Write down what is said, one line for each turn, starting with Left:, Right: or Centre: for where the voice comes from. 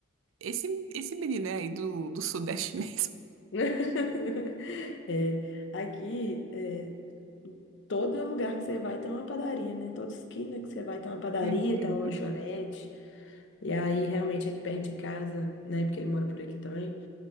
Right: Esse, esse menino é aí do, do Sudeste <laughs> mesmo.
Left: <laughs> É, aqui, é, todo lugar que você vai tem uma padaria, né? Toda esquina que você vai tem uma padaria,
Right: Uhum.
Left: tem uma lanchonete. E aí, realmente, aqui perto de casa, né? Porque ele mora por aqui também,